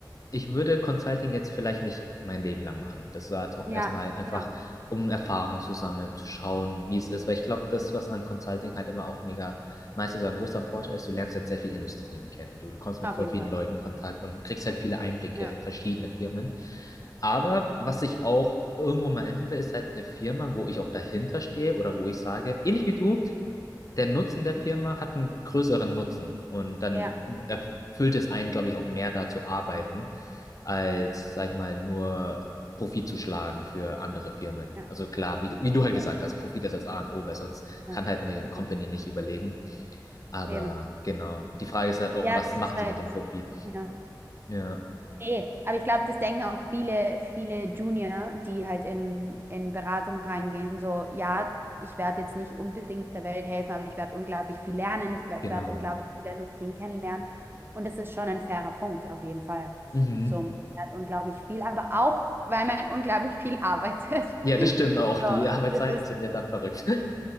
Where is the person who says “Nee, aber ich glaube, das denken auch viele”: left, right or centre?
Right